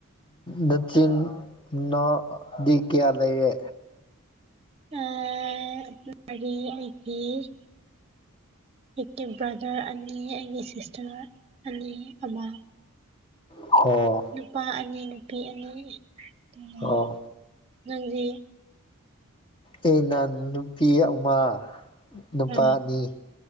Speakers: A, on the left; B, on the right.
A: ꯗꯆꯤꯟ ꯅꯣ ꯗꯤ ꯀꯤꯌꯥ ꯂꯩꯔꯦ
B: ꯑ <unintelligible> ꯃꯔꯤ ꯑꯩꯗꯤ ꯑꯩꯀꯤ ꯕ꯭ꯔꯥꯗꯔ ꯑꯅꯤ ꯑꯩꯒꯤ ꯁꯤꯁꯇꯔ ꯑꯅꯤ ꯑꯃ
A: ꯑꯣ
B: ꯅꯨꯄꯥ ꯑꯅꯤ ꯅꯨꯄꯤ ꯑꯅꯤ ꯂꯩꯌꯦ
A: ꯑꯣ
B: ꯅꯪꯗꯤ
A: ꯑꯩꯅ ꯅꯨꯄꯤ ꯑꯃ ꯅꯨꯄꯥ
B: ꯑ
A: ꯑꯅꯤ